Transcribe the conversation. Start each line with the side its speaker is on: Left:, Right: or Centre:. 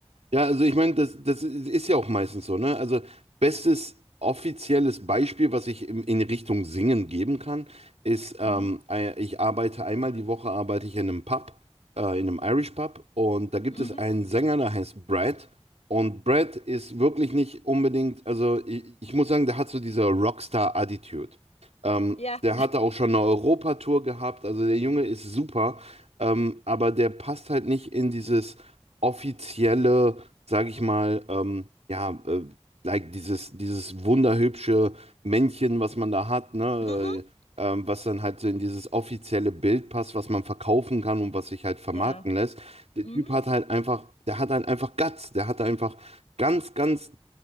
Right: Ja, also ich meine, das, das ist ja auch meistens so, ne? Also bestes offizielles Beispiel, was ich in, in Richtung Singen geben kann, ist, ähm,
Left: Mhm.
Right: ei- ich arbeite einmal die Woche arbeite ich in einem Pub, äh, in einem Irish Pub und da gibt
Left: Mhm.
Right: es einen Sänger, der heißt Brad und Brad ist wirklich nicht unbedingt, also ich, ich muss sagen, der hat so diese Rockstar-Attitude. Ähm,
Left: Ja.
Right: der hatte auch schon eine Europatour gehabt, also der Junge ist super, ähm, aber der passt halt nicht in dieses offizielle sage ich mal, ähm, ja, äh, like dieses, dieses wunderhübsche Männchen, was man da hat, ne?
Left: Mhm.
Right: Äh, ähm, was dann halt so in dieses offizielle Bild passt, was man verkaufen kann und was sich halt vermarkten
Left: Ja.
Right: lässt. Der
Left: Mhm.
Right: Typ hat halt einfach, der hat halt einfach Guts, der hat einfach ganz, ganz